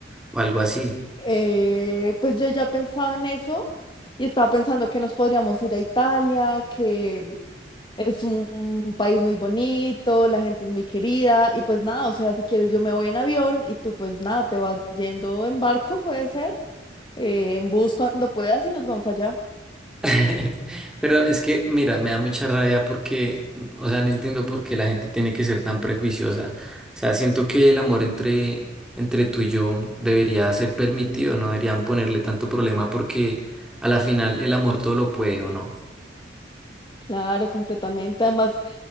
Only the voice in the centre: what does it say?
O algo así.
<laughs> Pero es que, mira, me da mucha rabia porque, mm, o sea, no entiendo por qué la gente tiene que ser tan prejuiciosa. O sea, siento que el amor entre, entre tú y yo debería ser permitido, no deberían ponerle tanto problema porque a la final el amor todo lo puede o no.